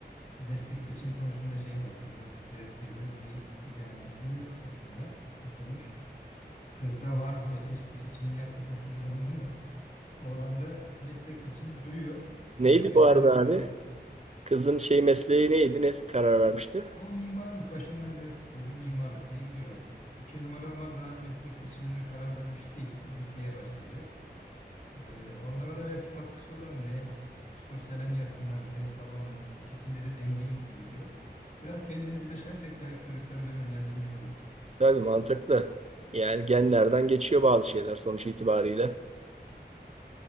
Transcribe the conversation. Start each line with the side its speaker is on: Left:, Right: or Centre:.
Left: meslek seçimi konusunda şey var. Çocuk tereddüt ediyor. Bir ideal mesleği yok kafasında. Oturmuş. Kız da vardı o seçti seçimini yaptı kurtulduk ondan da. <laughs> Oğlan da meslek seçimi duruyor.
Right: Neydi
Left: Çocuk da
Right: bu
Left: kendini
Right: arada abi?
Left: tanımadı.
Right: Kızın şey mesleği neydi? Ne karar vermişti?
Left: O mimarlık başından beri tutturdu mimarlık diye gidiyor. İki numara ama daha meslek seçimine karar vermiş değil. Liseye başlayacak. Ee, onlara da belki katkısı olur. Hani ne sosyale mi yatkınlar, sayısala mı? İkisinde de dengeli gibi gidiyor. Biraz kendimizi deşersek belki çocukları da yönlendirmiş oluruz.
Right: Tabii mantıklı. Yani genlerden geçiyor bazı şeyler sonuç itibariyle.